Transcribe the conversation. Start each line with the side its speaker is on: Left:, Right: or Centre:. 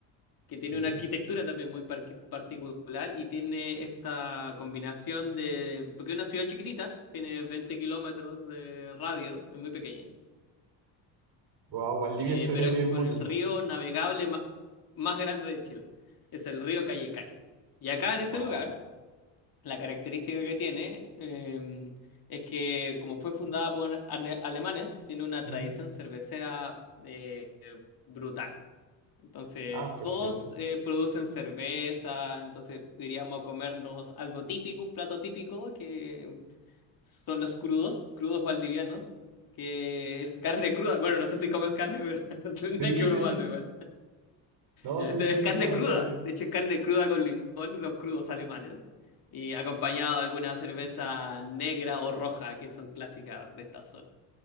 Left: que tiene
Right: Sí.
Left: una arquitectura también muy parqui- particular y tiene esta combinación de, porque es una ciudad chiquitita, tiene 20 kilómetros de radio, es muy pequeña,
Right: Wow, Valdivia
Left: eh,
Right: <laughs> se
Left: pero
Right: ve
Left: es
Right: bien
Left: por
Right: bonito.
Left: el río navegable ma- más grande de Chile, es el río Callecay. Y acá en este
Right: Wow.
Left: lugar, la característica que tiene eh, es que como fue fundada por ane- alemanes, tiene una tradición
Right: Ujú.
Left: cervecera eh, brutal. Entonces,
Right: Ah, perfecto.
Left: todos eh, producen cerveza, entonces iríamos a comernos algo típico, un plato típico, que son los crudos, crudos valdivianos, que es carne cruda. Bueno, no sé si comes carne, pero <laughs> tendría
Right: Sí,
Left: que probarlo
Right: sí, sí.
Left: igual.
Right: No,
Left: Y
Right: sí,
Left: este
Right: sí,
Left: es carne
Right: está bastante
Left: cruda,
Right: bien.
Left: de hecho es carne cruda con limón, los crudos alemanes, y acompañado de alguna cerveza negra o roja, que son clásicas de esta zona.